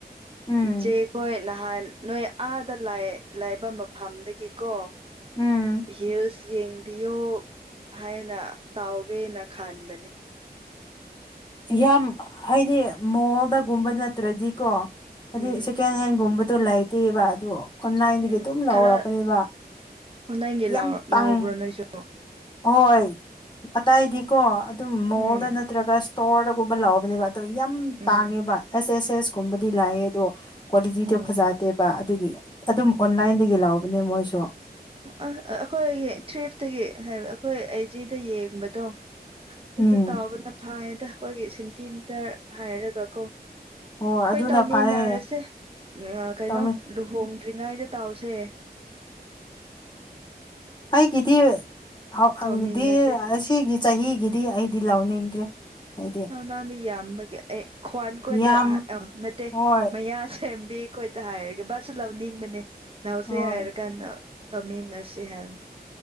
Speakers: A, on the left; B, on the right.
A: ꯎꯝ
B: ꯏꯆꯦꯈꯣꯏ ꯅꯍꯥꯟ ꯅꯣꯏ ꯑꯥꯗ ꯂꯥꯏꯕ ꯃꯐꯝꯗꯒꯤ ꯀꯣ
A: ꯎꯝ
B: ꯍꯤꯜꯁ ꯌꯦꯡꯕꯤꯌꯣ ꯍꯥꯏꯅ ꯇꯥꯎꯒꯦꯅ ꯈꯥꯟꯕꯅꯦ
A: ꯌꯥꯝ ꯍꯥꯏꯗꯤ ꯃꯣꯜꯗꯒꯨꯝꯕ ꯅꯠꯇ꯭ꯔꯗꯤꯀꯣ ꯍꯥꯏꯗꯤ
B: ꯎꯝ
A: ꯁꯦꯀꯦꯟ ꯍꯦꯟꯒꯨꯝꯕꯗꯣ ꯂꯩꯇꯦꯕ ꯑꯗꯣ ꯑꯣꯟꯂꯥꯏꯟꯗꯒꯤ
B: ꯎꯝ
A: ꯑꯗꯨꯝ ꯂꯧꯔꯛꯄꯅꯦꯕ
B: ꯈꯔ ꯅꯪꯒꯤ
A: ꯌꯥꯝ ꯇꯪ
B: ꯂꯥꯎꯕ꯭ꯔꯣ ꯅꯣꯏꯁꯨ
A: ꯍꯣꯏ ꯑꯇꯩꯗꯤꯀꯣ ꯑꯗꯨꯝ ꯃꯣꯜꯗ
B: ꯎꯝ
A: ꯅꯠꯇ꯭ꯔꯒ ꯏꯁꯇꯣꯔꯗꯒꯨꯝꯕ ꯂꯥꯛꯕꯅꯦꯕ ꯑꯣ ꯌꯥꯝ
B: ꯎꯝ
A: ꯇꯥꯡꯉꯦꯕ ꯑꯦꯁ ꯑꯦꯁ ꯑꯦꯁ ꯀꯨꯝꯕꯗꯤ ꯂꯥꯛꯑꯦ ꯑꯗꯣ ꯀ꯭ꯋꯥꯂꯤꯇꯤꯗꯣ
B: ꯑꯣ
A: ꯐꯖꯗꯦꯕ ꯑꯗꯨꯒꯤ ꯑꯗꯨꯝ ꯑꯣꯟꯂꯥꯏꯟꯗꯒꯤ ꯂꯥꯛꯧꯕꯅꯦ ꯃꯣꯏꯁꯨ
B: ꯑ ꯑꯩꯈꯣꯏꯒꯤ ꯇ꯭ꯔꯤꯐꯇꯒꯤ ꯍꯥꯏ ꯑꯩꯈꯣꯏ ꯑꯩꯖꯤꯗ ꯌꯦꯡꯕꯗꯣ ꯑꯗꯨꯗ
A: ꯎꯝ
B: ꯇꯥꯎꯕꯅ ꯐꯥꯏꯌꯦꯗ ꯑꯩꯈꯣꯏꯒꯤ ꯁꯦꯟꯇꯤꯃꯤꯇꯔ ꯍꯥꯏꯔꯒ ꯀꯣ
A: ꯍꯣ ꯑꯗꯨꯅ
B: ꯍꯣꯏ ꯇꯧꯃꯤꯟꯅꯔꯁꯦ
A: ꯐꯔꯦ
B: ꯀꯩꯅꯣ
A: ꯇꯧꯃꯤ
B: ꯂꯨꯍꯣꯡ ꯇ꯭ꯔꯤꯉꯥꯏꯗꯦ ꯇꯥꯎꯁꯦ
A: ꯑꯩꯒꯤꯗꯤꯗꯤ
B: ꯇꯧꯃꯤꯟꯅꯁꯦ
A: ꯑꯁꯤꯒꯤ ꯆꯍꯤꯒꯤ ꯗꯤ ꯑꯩꯗꯤ ꯂꯥꯎꯅꯤꯡꯗ꯭ꯔꯦ ꯍꯥꯏꯗꯤ
B: ꯅꯪ ꯅꯥ ꯅꯍꯥꯟꯅꯦ ꯌꯥꯝꯕꯒꯤ ꯑꯦ ꯈ꯭ꯋꯥꯟꯈꯣꯏꯗ
A: ꯌꯥꯝ
B: ꯑ ꯅꯠꯇꯦ
A: ꯍꯣꯏ
B: ꯃꯌꯥ ꯁꯦꯝ ꯑꯣꯏꯣꯏꯗ ꯍꯥꯏ ꯕꯥꯁꯁꯨ ꯂꯧꯅꯤꯡꯕꯅꯦ ꯂꯧꯁꯦ
A: ꯍꯣꯏ
B: ꯍꯥꯏꯔ ꯀꯥꯟꯗ ꯂꯧꯃꯤꯟꯅꯁ ꯍꯥꯏꯕꯥꯅꯦ